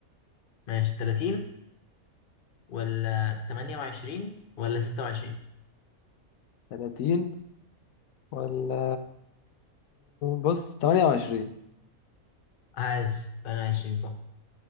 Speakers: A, on the left; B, on the left.
A: ماشي 30 ولا 28 ولا 26
B: 30 ولا بص 28
A: عاش 28 صح